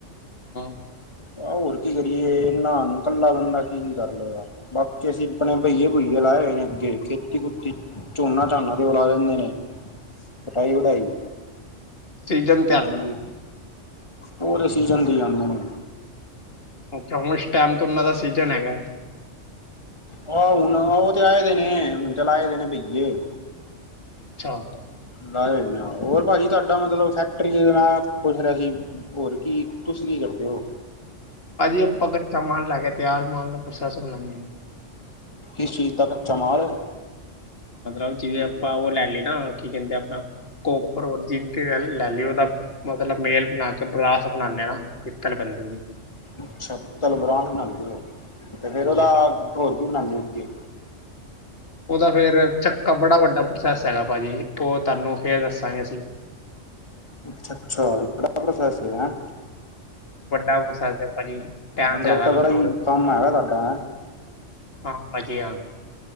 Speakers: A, on the left; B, on the left.
A: ਹਾਂ।
B: ਆ ਹੋਰ ਕੀ ਕਰੀਏ ਇਹਨਾਂ ਇਕੱਲਾ ਬੰਦਾ ਕੀ ਕੀ ਕਰ ਲਏਗਾ ਗਾ। ਬਾਕੀ ਅਸੀਂ ਆਪਣੇ ਭਈਏ ਭੁਈਏ ਲਾਏ ਹੋਏ ਨੇ ਅੱਗੇ ਖੇਤੀ ਖੁਤੀ ਝੋਨਾ ਝਾਨਾ ਤੇ ਉਹ ਲਾ ਲਿੰਦੇ ਨੇ।
A: ਹ। <inaudible>
B: ਕਟਾਈ ਵਢਾਈ
A: ਸੀਜਨ।
B: ਹਾਂਜੀ ਹੋਰ ਸੀਜਨ ਤੇ ਆਂਦੇ ਨੇ।
A: ਅੱਛਾ ਹੁਣ ਇਸ ਟਾਈਮ ਤੋਂ ਉਹਨਾਂ ਦਾ ਸੀਜਨ ਹੈਗਾ।
B: ਹੋ ਹੁਣ ਉਹ ਤੇ ਆਏ ਦੇ ਨੇ ਹੁਣ ਚਲਾਏ ਦੇਣੇ ਦੇ ਨੇ ਬਈਏ।
A: ਅੱਛਾ।
B: ਲਾਏ ਹੋਏ ਨੇ ਹੋਰ ਭਾਜੀ ਤੁਹਾਡਾ ਮਤਲਬ ਫੈਕਟਰੀ ਜੋਂ ਮੈਂ ਪੁੱਛ ਰਿਹਾ ਸੀ। ਹੋਰ ਕੀ ਤੁਸੀ ਕੀ ਕਰਦੇ ਹੋ।
A: ਭਾਜੀ ਆਪਾ ਕਚਾ ਮਾਲ ਲੈ ਕੇ ਤਿਆਰ ਮਾਲ ਨੂੰ ਪ੍ਰੋਸੇਸ ਕਰਾਣੇ
B: ਇਸ ਚੀਜ਼ ਦਾ ਕੱਚਾ ਮਾਲ ਹੈ।
A: ਮਤਲਬ ਜਿਵੇਂ ਆਪਾਂ ਉਹ ਲੈ ਲਈ ਨਾ ਕੀ ਕਹਿੰਦੇ ਆਪਣਾ ਕੋਪਰ ਔਰ ਜਿੰਕ ਲੈ ਲਈ ਉਹਦਾ। ਮਤਲਬ ਮੈਲ ਬਣਾ ਕੇ ਬਰਾਸ ਬਣਾਉਂਦੇ ਹਣਾ ਪਿੱਤਲ ਬੰਨ੍ਹ ਜੁਗੀ।
B: ਅੱਛਾ ਤਲ ਬਰਾ ਬਣਾਉਦੇਓ ਤੇ ਫੇਰ
A: ਉਹਦੀ
B: ਉਹਦਾ
A: ਪ-
B: ਹੋਰ ਕੀ ਬਣਾਦੇਓ ਅੱਗੇ?
A: ਉਹਦਾ ਫੇਰ ਚੱਕਾ ਬੜਾ ਵੱਡਾ ਪ੍ਰੋਸੈਸ ਹੈਗਾ ਭਾਜੀ ਉਹ ਤੁਹਾਨੂੰ ਫੇਰ ਦੱਸਾਂਗੇ ਅਸੀਂ।
B: ਅੱਛਾ ਅੱਛਾ ਬੜਾ ਵੱਡਾ ਪ੍ਰੋਸੈਸ ਏ ਹੈ।
A: ਵੱਡਾ ਪ੍ਰੋਸੈਸ ਹੈ ਭਾਜੀ ਟਾਇਮ
B: ਮਤਲਬ
A: ਜਿਆਦਾ
B: ਤਗੜਾ
A: ਲੱਗਣਾ।
B: ਹੀ ਕੰਮ ਹੈਗਾ ਤੁਹਾਡਾ ਹੈਂ
A: ਹਾਂ ਭਾਜੀ ਹਾਂ।